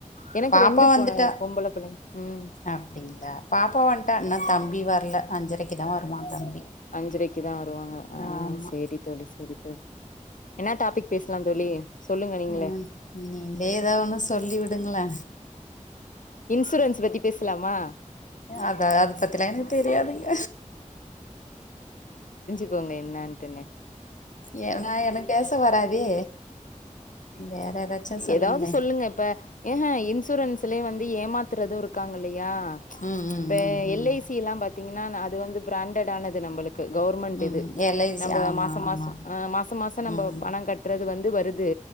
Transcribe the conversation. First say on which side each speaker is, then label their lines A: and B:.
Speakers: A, on the left; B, on the left.
A: எனக்கு
B: பாப்பா
A: ரெண்டு பொ
B: வந்துட்டா
A: பொம்பள பிள்ளைங்க ம்
B: அப்படிங்களா பாப்பா வன்ட்டா இன்னும் தம்பி வரல அஞ்சரைக்கு தான் வருமா தம்பி
A: அஞ்சரைக்கு தான் வருவாங்க ஆஹ்
B: ஆமா
A: சரி தோழி சரி தோழி என்ன டாபிக் பேசலாம் தோழி சொல்லுங்க நீங்களே
B: ம் நீங்களே ஏதா ஒன்னு சொல்லி விடுங்களே
A: இன்சூரன்ஸ் பத்தி பேசலாமா
B: அதான் அத பத்திலாம் எனக்கு தெரியதுங்க
A: இருக்கங்க என்னன்ட்டுனே
B: ஏ நான எனக் பேச வராதே வேற ஏதாச்சு சொல்லுங்களே
A: ஏதாவது சொல்லுங்க இப்ப ஆஹா இன்ஸ் இன்சூரன்ஸ்லே வந்து ஏமாத்றதும் இருக்காங்கலே யா
B: ம் ம்
A: இப்ப
B: ம்
A: எல்ஐசி
B: ம்
A: ல்லாம் பாத்தீங்கன்னா அது வந்து பிராண்டட் ஆனது நம்பளுக் க்கு கவுர்மெண்ட் இது
B: ம் எல்ஐசி
A: நம்ப
B: ஆமா
A: மாசாமாசம்
B: ஆமா
A: மாசாமாசம் நம்ப
B: ம்
A: பணம் கட்றது வந் வருது